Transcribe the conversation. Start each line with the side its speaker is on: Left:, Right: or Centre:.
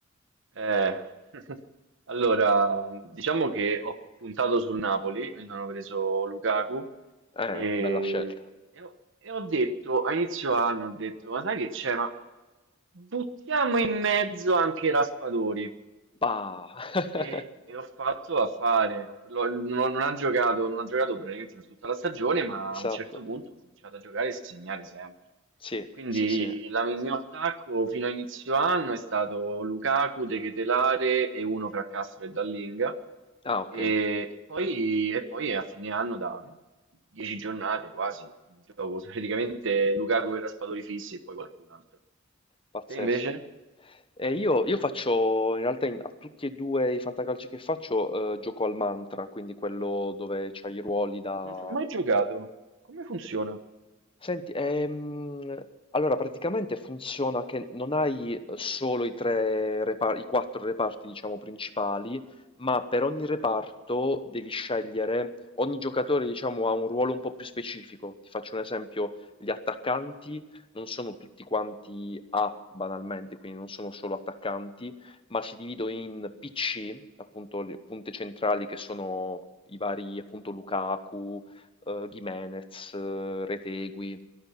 Right: Eh, <laughs> allora, diciamo che ho, ho puntato sul Napoli, mi sono preso Lukaku
Left: Eh,
Right: e,
Left: bella scelta.
Right: e ho, e ho detto, a inizio anno ho detto, ma sai che c'è? Ma buttiamo in mezzo anche Raspadori.
Left: Bah! <laughs>
Right: E, e ho fatto a fare, lo- non, non ha giocato, non ha giocato praticamente per tutta la stagione, ma
Left: Esatto.
Right: a un certo punto ha cominciato a giocare e segnare sempre.
Left: Sì,
Right: Quindi
Left: sì, sì.
Right: la- il mio attacco fino a inizio anno è stato Lukaku, De Ketelare e uno fra Castro e Dallinga.
Left: Ah, okay.
Right: E, e poi, e poi a fine anno, da dieci giornate quasi, gioco praticamente Lukaku e Raspadori fissi e poi qualcun altro.
Left: Pazzesco.
Right: Te invece?
Left: Eh, io, io faccio, in realtà in- a tutti e due i fantacalci che faccio, eh, gioco al mantra, quindi quello dove c'hai i ruoli da,
Right: Non ci ho mai giocato. Come funziona?
Left: Senti, ehm, allora praticamente funziona che non hai eh, solo i tre repa- i quattro reparti, diciamo, principali, ma per ogni reparto devi scegliere, ogni giocatore, diciamo, ha un ruolo un po' più specifico. Ti faccio un esempio, gli attaccanti non sono tutti quanti A, banalmente, quindi non sono solo attaccanti, ma si dividono in PC, appunto, le punte centrali che sono i vari, appunto, Lukaku eh, Gimenez, eh, Retegui